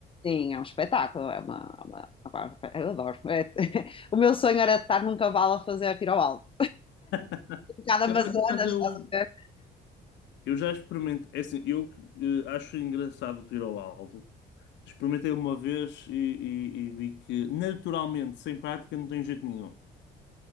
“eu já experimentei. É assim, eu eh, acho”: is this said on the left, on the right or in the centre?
Left